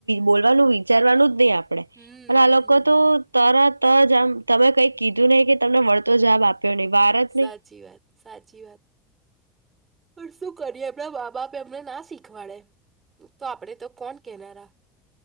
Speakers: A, on the right; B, on the right.
A: બોલવાનું. ચરવાનું જ નહી આપ. આપે
B: હમ્મ
A: અને આ
B: હમ્મ.
A: લોકો તો તરત. તો જમ તમે કઈ કીધું નહીિ કે તમને વળતો જવાબ આપ્યો નહી. વાર જ
B: સાચી
A: નહી
B: વાત સાચી વાત. પણ શું કરીએ એમના બા બાપ એમને ના શીખવાડે તો આપણે તો કોણ કેહેનારા.